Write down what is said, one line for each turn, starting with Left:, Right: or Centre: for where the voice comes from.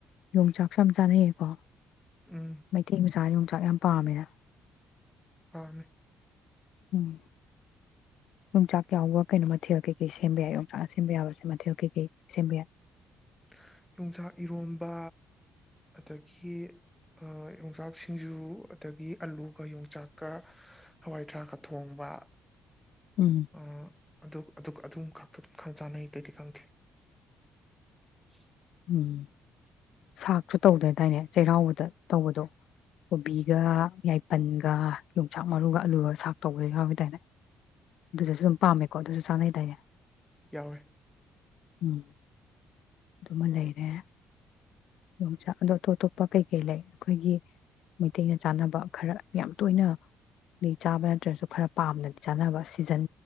Left: ꯌꯣꯡꯆꯥꯛꯁꯨ ꯌꯥꯝ ꯆꯥꯅꯩꯌꯦꯀꯣ
Centre: ꯎꯝ
Left: ꯃꯩꯇꯩ ꯃꯆꯥ ꯌꯣꯡ ꯆꯥꯛ <unintelligible> ꯌꯥꯝ ꯄꯥꯝꯃꯦꯍꯥ
Centre: ꯃꯅꯦ
Left: ꯎꯝ ꯌꯣꯡꯆꯥꯛ ꯌꯥꯎꯕ ꯀꯩꯅꯣ ꯃꯊꯦꯜ ꯀꯩꯀꯩ ꯁꯦꯝꯕ ꯌꯥꯏ ꯌꯣꯡꯆꯥꯛꯅ ꯁꯦꯝꯕ ꯌꯕꯁꯦ ꯃꯊꯦꯜ ꯀꯩꯀꯩ ꯁꯦꯝꯕ ꯌꯥꯏ
Centre: ꯍꯥꯥꯥ ꯌꯣꯡꯆꯥꯛ ꯏꯔꯣꯝꯕ ꯑꯗꯒꯤ ꯑ ꯌꯣꯡꯆꯥꯛ ꯁꯤꯡꯖꯨ ꯑꯗꯒꯤ ꯑꯂꯨꯒ ꯌꯣꯡꯆꯥꯛꯀ ꯍꯋꯥꯏꯊꯔꯥꯛꯀ ꯊꯣꯡꯕ
Left: ꯎꯝ
Centre: ꯑ ꯑꯗꯨ ꯑꯗꯨꯒ ꯑꯗꯨꯝ ꯈꯛꯇ ꯈꯪꯆꯟꯅꯩ ꯑꯇꯩꯗꯤ ꯈꯪꯗꯦ <unintelligible>
Left: ꯎꯝ ꯁꯥꯛꯁꯨ ꯇꯧꯗꯗꯥꯏꯅꯦ ꯆꯩꯔꯥꯎꯕꯗ ꯇꯧꯕꯗꯣ ꯀꯣꯕꯤꯒ ꯌꯥꯏꯄꯟꯒ ꯌꯣꯡꯆꯥꯛ ꯃꯔꯨꯒ ꯑꯂꯨꯒ ꯁꯥꯛ ꯇꯧꯕꯗ ꯌꯥꯎꯕꯩ ꯇ꯭ꯄ ꯑꯗꯨꯗꯁꯨ ꯑꯗꯨꯝ ꯄꯥꯝꯃꯦꯀꯣ ꯑꯗꯨꯁꯨ ꯆꯅꯩꯗꯥꯏꯅꯦ
Centre: ꯌꯥꯎꯋꯦ
Left: <inaudible> ꯗꯨꯃ ꯂꯩꯔꯦ ꯌꯣꯡꯆꯥꯛ ꯑꯗꯣ ꯑꯇꯣꯞ ꯑꯇꯣꯞꯄ ꯀꯩ ꯀꯩ ꯂꯩ ꯑꯩꯈꯣꯏꯒꯤ ꯃꯩꯇꯩꯅ ꯆꯥꯅꯕ ꯈꯔ ꯌꯥꯝ ꯇꯣꯏꯅ-ꯗꯤ ꯆꯥꯕ ꯅꯠꯇ꯭ꯔꯁꯨ ꯈꯔ ꯄꯥꯝꯅꯗꯤ ꯆꯥꯅꯕ ꯁꯤꯖꯟ